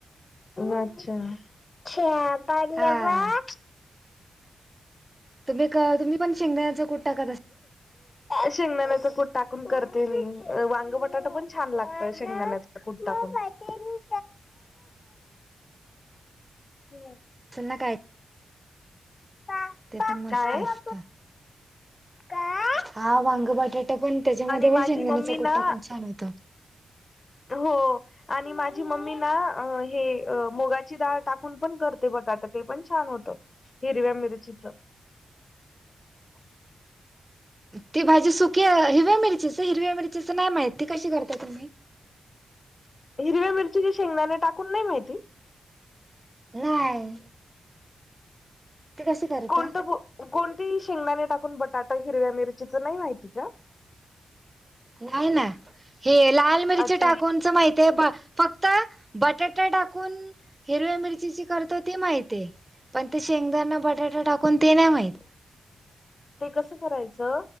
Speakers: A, on the left; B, on the right.
A: अच्छा घ्या पाडल
B: हा
A: बघ <unintelligible>
B: तुम्ही का तुम्ही पण शेंगदाचा कुठ टाकत अस
A: शेंगदाण्याच कूट टाकून करते मी वांग बटाटा पण छान लागत शेंगदाण्याच तू कुट टाकून <unintelligible>
B: चना काय
A: पा
B: ते
A: पापा
B: पण मस्त
A: काय
B: असतं.
A: आ काय
B: हा वांग बटाटा पण त्याच्यामध्ये
A: माझी
B: पण शेंगण्याचा
A: मम्मी ना
B: कूट टाकून छान होता
A: हो आणि माझी मम्मी ना हे मुगाची डाळ टाकून पण करते बटाटा ते पण छान होतं हिरव्या मिरचीच हह़ <unintelligible>
B: ती भाजी सुकी हिरव्या मिरचीच हिरव्या मिरचीचं नाही माहित कशी करताय तुम्ही
A: हिरव्या मिरचीची शेंगदाने टाकून नाही माहिती
B: नाही ते कसे करता?
A: कोणतं कोणती शेंगदाणे टाकून बटाटा हिरव्या मिरचीच नाही माहिती का
B: नाही ना हे लाल मिरच्या
A: अच्छा
B: टाकूनचं माहीती हे पा फक्त बटाटा टाकून हिरव्या मिरचीची करतो ती माहित हे पण ते शेंगदाणा बटाटा टाकून ते नाही माहीत
A: ते कसं करायचं